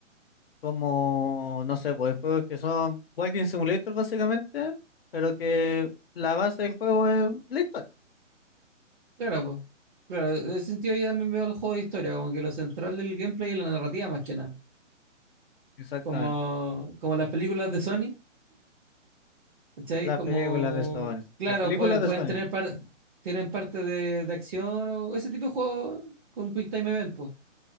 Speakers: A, on the left; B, on the right.
A: Como, no sé, pues hay juegos que son Walking Simulator básicamente, pero que la base del juego es la historia,
B: Claro, pues. Claro, en ese sentido yo también veo el juego de historia, como que lo central del gameplay es la narrativa más que nada.
A: exactamente.
B: Como, como las películas de Sony, ¿cachai?
A: Las
B: Como,
A: películas de Sony,
B: claro,
A: las películas
B: pueden,
A: de
B: pueden
A: Sony,
B: tener par-
A: <laughs>
B: tienen parte de, de acción o ese tipo de juego con Quick Time Event, pues.